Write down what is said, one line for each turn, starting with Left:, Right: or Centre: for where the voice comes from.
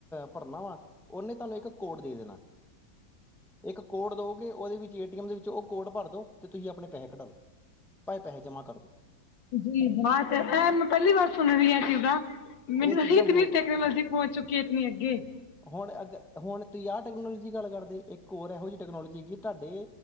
Centre: ਭਰਨਾ ਵਾ ਉਹਨੇ ਤੁਹਾਨੂੰ ਇੱਕ ਕੋਡ ਦੇ ਦੇਣਾ। ਇੱਕ ਕੋਡ ਦਓਗੇ ਉਹਦੇ ਵਿੱਚ ਏਟੀਐਮ ਦੇ ਵਿੱਚ ਉਹ ਕੋਡ ਭਰ ਦੋ ਤੇ ਤੁਸੀਂ ਆਪਣੇ ਪੈਸੇ ਕਢਾਾਲਓ ਭਾਵੇ ਪੈਸੇ ਜਮਾ ਕਰਦੋ।
Left: ਜੀ ਹਾਂ ਤੇ ਮੈਂ ਪਹਿਲੀ ਵਾਰ ਸੁਣ ਰਹੀ ਹਾਂ ਕਿਦਾਂ। ਮੈਨੂੰ
Centre: ਇਹ ਚੀਜ਼ਾਂ
Left: ਏਹੀ ਇਤਨੀ
Centre: ਹੋ
Left: ਟੈਕਨੋਲੋਜੀ ਪਹੁੰਚ ਚੁੱਕੀ ਇਤਨੀ ਅੱਗੇ।
Centre: ਹੁਣ ਅੱਗ ਹੁਣ ਤੁਸੀਂ ਆਹ ਟੈਕਨੋਲੋਜੀ ਗੱਲ ਕਰਦੇ ਇੱਕ ਹੋਰ ਇਹੋ ਜਿਹੀ ਟੈਕਨੋਲੋਜੀ ਹੈਗੀ ਤੁਹਾਡੇ